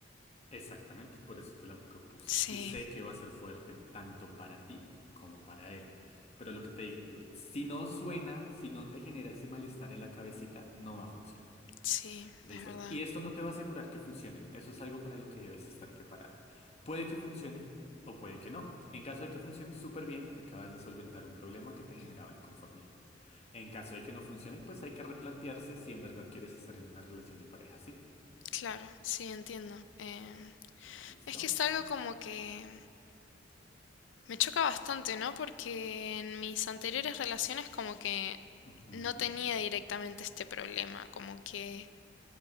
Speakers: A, on the left; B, on the left.
A: Exactamente, por eso te la propuse.
B: Sí,
A: Y sé que va a ser fuerte, tanto para ti como para él. Pero lo que te digo, si no suena, si no te genera ese malestar en la cabecita, no va a funcionar.
B: sí,
A: ¿Listo?
B: es verdad.
A: Y esto no te va a asegurar que funcione. Eso es algo para lo que debes estar preparada. Puede que funcione o puede que no. En caso de que funcione, súper bien, acabas de solventar un problema que te generaba inconformidad. En caso de que no funcione, pues hay que replantearse si en verdad quieres estar en una relación de pareja así.
B: Claro, sí, entiendo. Em,
A: ¿Listo?
B: es que es algo como que me choca bastante, ¿no? Porque en mis anteriores relaciones como que
A: Ujú,
B: no tenía directamente este problema, como que